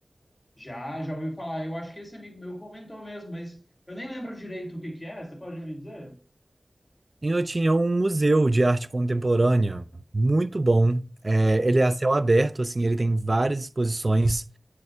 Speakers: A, on the left; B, on the right.
A: Já, já ouvi falar. Eu acho que esse amigo meu comentou mesmo, mas eu nem lembro direito o que que é. Você pode me dizer?
B: E Eu tinha um museu de arte contemporânea muito bom. É, ele é a céu aberto, assim, ele tem várias exposições